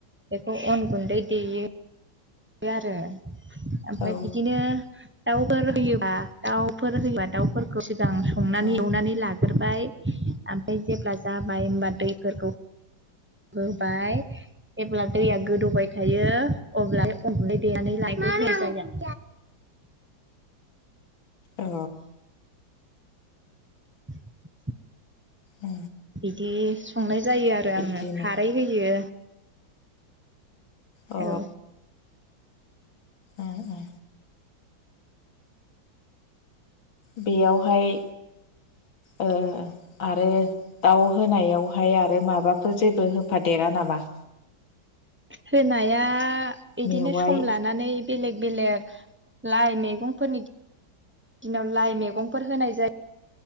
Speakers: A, on the right; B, on the left.
A: बेखौ अन गुन्दै देयो आरो। ओमफ्राय
B: औ
A: बिदिनो दाउफोर होयोबा दाउफोर होयोबा दाउफोरखौ। मोजां संनानै
B: औ
A: एवनानै लागोरबाय ओमफ्राय जेब्ला जा। बाय होनबा दैफोरखौ होबाय जेब्ला। दैया गोदौबाय थायो अब्ला अन गुनदै देनानै <unintelligible> जानो।
B: अ
A: <inaudible>
B: अ
A: बिदि संनाय जायो आरो
B: बिदिनो
A: आङो खारै होयो।
B: अ
A: औ
B: ओ ओ। बेयावहाय।
A: <inaudible>
B: ओ आरो दाउ होनायावहाय आरो माबाफोर जेबो होफादेरा नामा?
A: होनाया बिदिनो
B: मेवाइ
A: सम लानानै। बेलेग बेलेग लाइ मैगंफोरनि। दिनाव लाइ मैगंफोर होनाय जायो